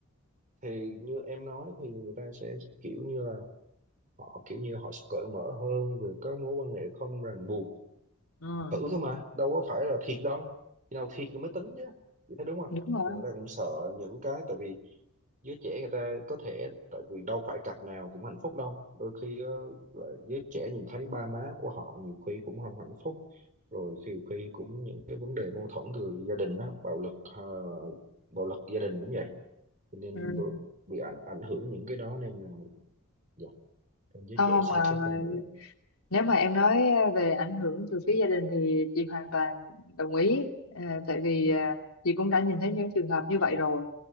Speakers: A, on the right; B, on the left.
A: thì như em nói thì người ta sẽ kiểu như là họ kiểu như họ sẽ cởi mở hơn về các mối quan hệ không ràng buộc
B: <laughs> ừ.
A: thử thôi mà đâu có phải là thiệt đâu khi nào thiệt rồi mới tính chứ chị thấy đúng không
B: đúng rồi
A: thì người ta cũng sợ những cái tại vì giới trẻ người ta có thể tại vì đâu phải cặp nào cũng hạnh phúc đâu đôi khi ờ, là giới trẻ nhìn thấy ba má của họ nhiều khi cũng không hạnh phúc rồi nhiều khi cũng những cái vấn đề mâu thuẫn từ gia đình đó bạo lực ờ, bạo lực gia đình cũng vậy cho nên
B: ừ.
A: đôi- bị ảnh ảnh hưởng những cái đó nên là dạ, giới
B: không
A: trẻ
B: không
A: sẽ
B: mà,
A: kết
B: mà
A: hôn muộn
B: nếu mà em nói về ảnh hưởng từ phía gia đình thì chị hoàn toàn đồng ý Ờ, tại vì
A: ừ,
B: ờ, chị cũng đã nhìn thấy những trường hợp như vậy rồi